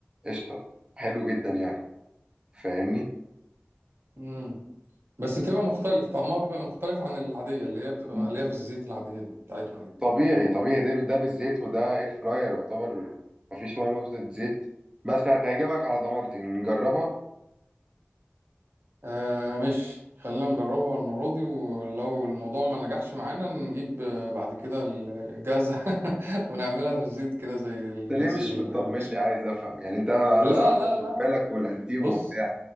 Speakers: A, on the right; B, on the right.
A: قشطه حلو جدا يعني فاهمني
B: امم بس بتبقى مختلف طعمها بيبقى مختلف عن العاديه اللي هي بتبقى
A: م.
B: مقليه في الزيت العاديه دي بتاعتنا دي
A: طبيعي طبيعي ده ده بالزيت وده اير فراير يعتبر مفيش ولا نقطه زيت بس هتعجبك على ضمانتي نجربها
B: آه ماشي خلينا نجربها المرة دي ولو الموضوع ما نجحش معانا نجيب آه، بعد كده الجازة <laughs> ونعملها في الزيت كده زي الناس
A: انت ليه مش
B: اللي
A: مطمن
B: بتعمل.
A: لي عايز افهم يعني انت انا
B: لا
A: أنا صاحبك
B: لا لا
A: خد بالك والانتيم
B: بص
A: وبتاع